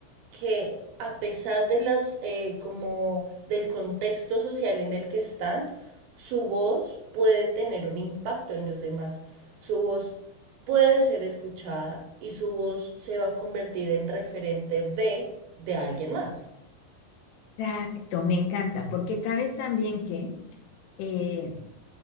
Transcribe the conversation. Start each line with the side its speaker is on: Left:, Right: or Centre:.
Right: que a pesar de las, eh, como del contexto social en el que están, su voz puede tener un impacto en los demás. Su voz puede ser escuchada y su voz se va a convertir en referente de, de alguien más.
Left: Exacto, me encanta, porque sabes también que eh,